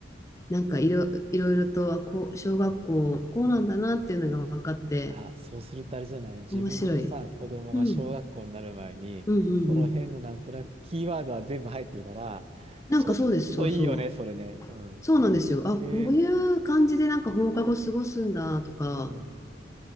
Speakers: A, on the left (about 15°); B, on the right (about 35°).
A: なんかいろ、いろいろとあこう、小学校こうなんだなっていうのが分かって
B: あ、そうするとあれじゃない。自分のさ、
A: 面白い。
B: 子供が小学校になる前に、
A: うん、うん、うん、
B: その辺のなんとなくキーワードは全部入ってるから、
A: うん。なんかそうです、
B: ちょっといいよね、
A: そうそう。
B: それね。うん。
A: そうなんですよ。あ、
B: へえ。
A: こういう感じでなんか放課後過ごすんだとか、
B: うん。